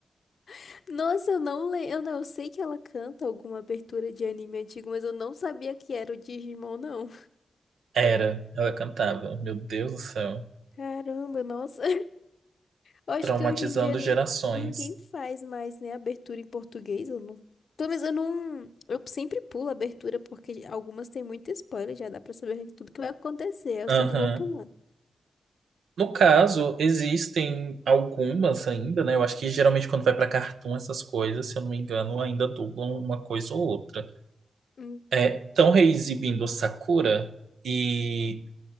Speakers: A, on the left (about 70°); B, on the right (about 85°).
A: <laughs> Nossa, eu não lembro. Eu, não, eu sei que ela canta alguma abertura de anime antigo, mas eu não sabia que era o Digimon, não.
B: Era, ela cantava. Meu Deus do céu.
A: Caramba, nossa. Eu acho
B: Traumatizando
A: que hoje em dia nem
B: gerações.
A: ninguém faz mais, né, abertura em português, eu não. Talvez eu não, eu sempre pulo a abertura porque algumas têm muito spoiler, já dá pra saber tudo que vai acontecer, eu
B: Aham.
A: sempre vou pulando.
B: No caso, existem algumas ainda, né? Eu acho que geralmente quando vai pra cartoon, essas coisas, se eu não me engano, ainda dublam uma coisa ou outra.
A: Hum,
B: É, estão reexibindo Sakura e